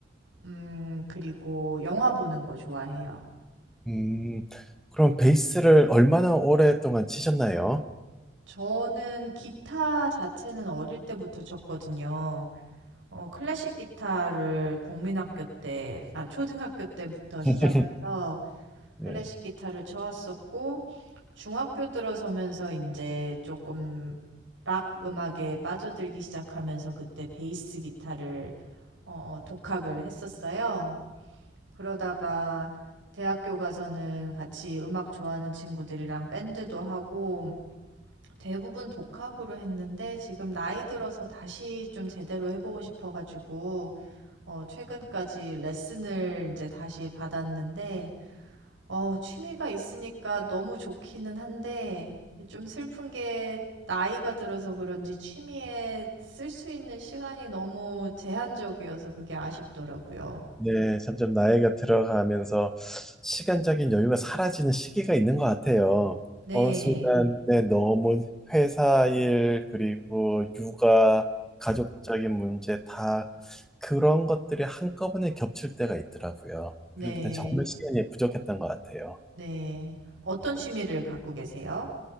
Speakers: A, on the right; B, in the centre.
A: 음, 그리고 영화 보는 거 좋아해요.
B: 음, 그럼 베이스를 얼마나 오랫동안 치셨나요?
A: 저는 기타 자체는 어릴 때부터 쳤거든요. 어, 클래식 기타를 국민학교 때, 아, 초등학교 때부터 시작해서
B: <laughs> 네.
A: 클래식 기타를 쳐왔었고, 중학교 들어서면서 이제 조금 락 음악에 빠져들기 시작하면서 그때 베이스 기타를 어, 독학을 했었어요. 그러다가 대학교 가서는 같이 음악 좋아하는 친구들이랑 밴드도 하고, 대부분 독학으로 했는데 지금 나이 들어서 다시 좀 제대로 해보고 싶어가지고 어, 최근까지 레슨을 이제 다시 받았는데 어, 취미가 있으니까 너무 좋기는 한데 좀 슬픈 게 나이가 들어서 그런지 취미에 쓸 수 있는 시간이 너무 제한적이어서 그게 아쉽더라고요. 어,
B: 네, 점점 나이가 들어가면서 시간적인 여유가 사라지는 시기가 있는 것 같아요.
A: 네,
B: 어느 순간, 네, 너무 회사 일, 그리고 육아, 가족적인 문제 다 그런 것들이 한꺼번에 겹칠 때가 있더라고요.
A: 네,
B: 그럴 땐 정말 시간이 부족했던 것 같아요.
A: 네. 어떤 취미를 갖고 계세요?